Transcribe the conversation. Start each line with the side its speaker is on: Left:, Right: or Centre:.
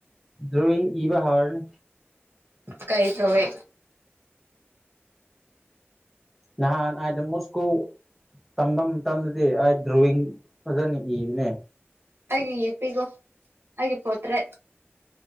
Centre: ꯗ꯭ꯔꯣꯌꯤ ꯏꯕ ꯍꯧꯔꯅꯤ
Right: ꯀꯩ ꯇꯧꯋꯦ
Centre: ꯅꯍꯥꯟꯗꯃꯣꯁꯀꯣ ꯇꯝꯕ ꯃꯇꯝꯗꯗꯤ ꯑꯩ ꯗ꯭ꯔꯣꯋꯤꯡ ꯐꯖꯅ ꯏꯕꯅꯦ
Right: ꯑꯩꯒꯤ ꯌꯦꯄꯤꯒꯣ ꯑꯩꯒꯤ ꯄꯣꯇ꯭ꯔꯦ